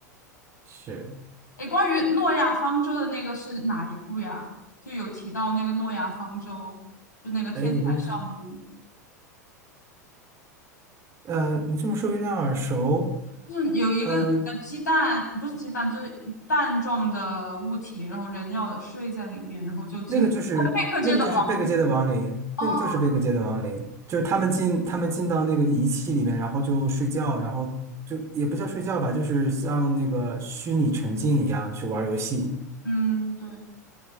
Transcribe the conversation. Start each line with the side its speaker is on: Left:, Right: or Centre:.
Right: <laughs> 是。
Left: 哎，关于诺亚方舟的那个是哪一部呀？就有提到那个诺亚方舟，就那个天才少年，
Right: 哎，你这么呃，你这么说有点耳熟。
Left: 就是有一个呃鸡蛋，
Right: 嗯，
Left: 不是鸡蛋，就是蛋状的物体，然后人要睡在里面，然后就进入
Right: 那个就是那个就是贝克街的亡灵，
Left: 贝克街的王国。哦，
Right: 那个就是贝克街的亡灵，就是他们进他们进到那个仪器里面，然后就睡觉，然后就也不叫睡觉吧，就是像那个虚拟沉浸一样去玩游戏。
Left: 嗯，对，